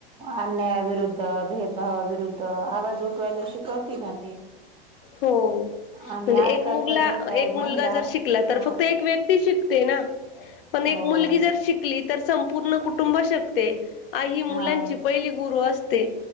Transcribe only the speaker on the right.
अन्यायाविरुद्ध, भेदभावाविरुद्ध आवाज उठवायला शिकवती ना ती.
आणि
आजकाल
तर बघताय
महिला
अ
हो
हा